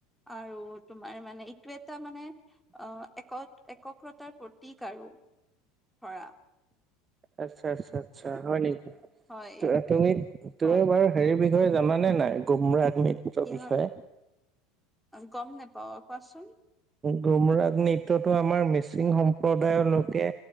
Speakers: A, in the centre; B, on the right.
A: আৰু তোমাৰ মানে এইটো এটা মানে- অ এক একগ্ৰতাৰ প্ৰতীক আৰু, ধৰা।
B: আচ্ছা আচ্ছা আচ্ছা হয় নেকি?
A: হয়
B: ত-তুমি তুমি
A: হয়
B: বাৰু হেৰি বিষয়ে জানে নাই গুমৰাগ নৃত্যৰ
A: কি
B: বিষয়ে
A: হয় গম অ' নাপাওঁ কোৱাচোন।
B: গুমৰাগ নৃত্যতো আমাৰ মিচিং সম্প্ৰদায়ৰ লোকে